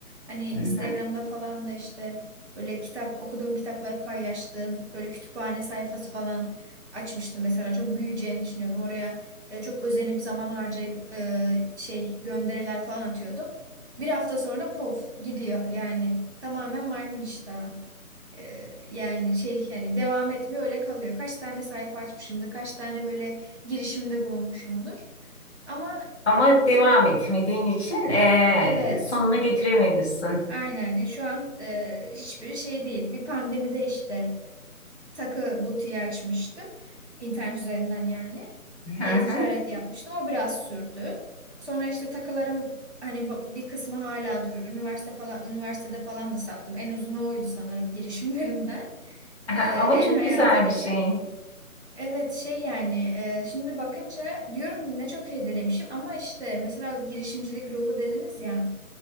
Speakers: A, on the right; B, on the left.
A: Hani
B: Hı
A: Instagram'da
B: hı.
A: falan da işte böyle kitap okuduğum kitapları paylaştığım böyle kütüphane sayfası falan açmıştım mesela. Çok büyüyeceğini düşünüyordum. Oraya e, çok özenip zaman harcayıp e, şey gönderiler falan atıyordum. Bir hafta sonra pof gidiyor yani tamamen maymun iştahı. Ee, yani şey yani devam etmiyor öyle kalıyor. Kaç tane sayfa açmışımdır, kaç tane böyle girişimde bulunmuşumdur. Ama
B: Ama
A: ım,
B: devam
A: şimdi
B: etmediğin için e,
A: evet
B: sonunu getirememişsin.
A: aynen E, şu an e, hiçbiri şey değil. Bir pandemide işte takı butiği açmıştım. İnternet üzerinden yani.
B: Hı
A: E-ticaret
B: hı. <laughs>
A: yapmıştım. O biraz sürdü. Sonra işte takılarım hani ba- bir kısmı hala durur. Üniversite falan, üniversitede falan da sattım. En uzunu oydu sanırım girişimlerimden.
B: Aha,
A: Ee,
B: Ama
A: en
B: çok
A: hayata
B: güzel
A: geçen.
B: bir şey.
A: Evet şey yani e, şimdi bakınca diyorum ne çok şey denemişim ama işte mesela girişimcilik ruhu dediniz ya